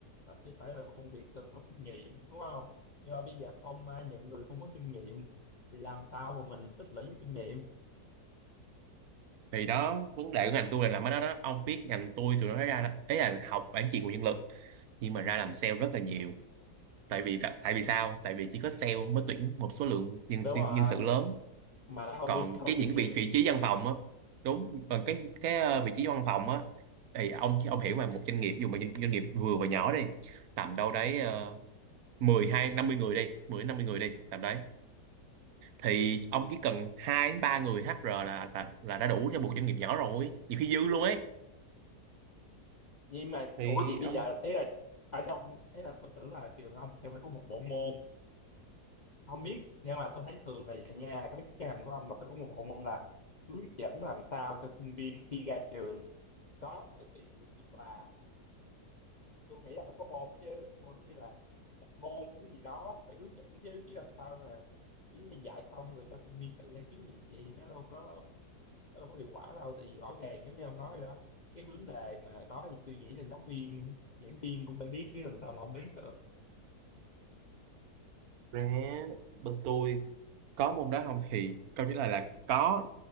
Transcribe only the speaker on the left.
nó sẽ phải là một công việc cần có kinh nghiệm đúng không nhưng mà bây giờ không ai nhận người không có kinh nghiệm thì làm sao mà mình tích lũy cái kinh nghiệm
đúng rồi
mà nó không
yêu cầu
kinh nghiệm
nhưng mà
ủa vậy bây
giờ ý là ở trong ý là tôi tưởng là trường ông sẽ phải có một bộ môn không biết nhưng mà tôi thấy thường là dạy nha các cái ngành của ông là phải có một bộ môn là hướng dẫn làm sao cho sinh viên khi ra trường có thể tìm được việc làm tôi nghĩ là phải có môn đó chứ môn như là nhập môn hay cái gì đó phải hướng dẫn chứ chứ làm sao mà chỉ mình dạy xong rồi cho sinh viên tự ra kiếm việc gì nó đâu có nó đâu có hiệu quả đâu tại vì rõ ràng giống như ông nói đó cái vấn đề mà đó thì tôi nghĩ là giáo viên giảng viên cũng phải biết chứ làm sao mà không biết được